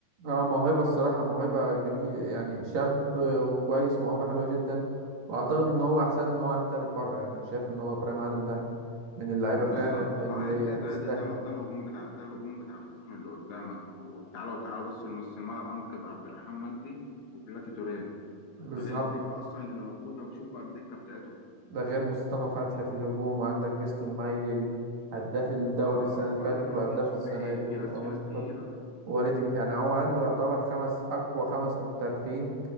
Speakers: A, on the right; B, on the left.
A: اه موهبة الصراحة موهبة جميل يعني شاب وكويس موهبة حلوة جدا واعتقد ان هو احسن ان هو يحترف بره يعني انا شايف ان هو ابراهيم عادل ده من اللعيبة
B: بالظبط
A: فعلا اللي
B: فواحد
A: هي
B: زي ده
A: تستاهل
B: ده ده, ده الهجوم بتاع ده الهجوم بتاع الخصم اللي قدامك وتعالى وتعالى بص لنص الملعب عندك يبقى عبد الرحمن مجدي وبلاتي توريه
A: بالظبط
B: ده غير الدكه اصلا اللي موجوده وشوف بقى الدكه بتاعتهم
A: ده غير مصطفى فتحي في الهجوم وعندك فيستون مايلي هداف الدوري
B: اه
A: السنة
B: وعندك
A: اللي فاتت
B: رمضان
A: وهداف
B: صبحي
A: السنة دي
B: في
A: ورمضان
B: ناس في ناس تقيله
A: صبحي ووالدك يعني هو عنده يعتبر خمس أقوى خمس محترفين